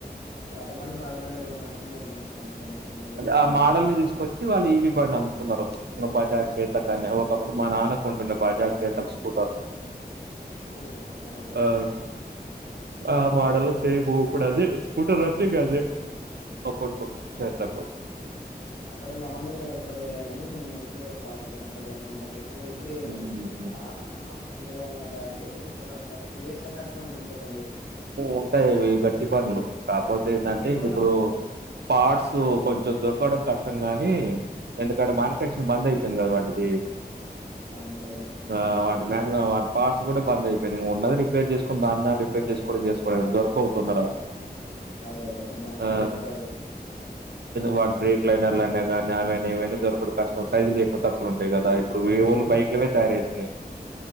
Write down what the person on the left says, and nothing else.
పాత బండ్లు పాత బండ్లే బ్రో మస్తుండయి మా పాత బండ్లు మైలేజ్కి చేమించే
ఓ అవును బ్రో.
అప్పుడు బాగుండు బ్రో ఇప్పుడు అన్నీ అ పార్ట్స్ అప్పటి ఉన్నత గట్టిగా ఇప్పుడు
లాస్ట్ లో ఫ్రండ్ వాల్ల డాడీ ఒక థర్టీ ఇయర్స్ అయినటూ ఉంది ఇంక బండి
ఉమ్, హీరో హోండా
బ్రదర్
అవును బ్రదర్
అదే అదే దానికి
బెటర్ అదే
ఉమ్,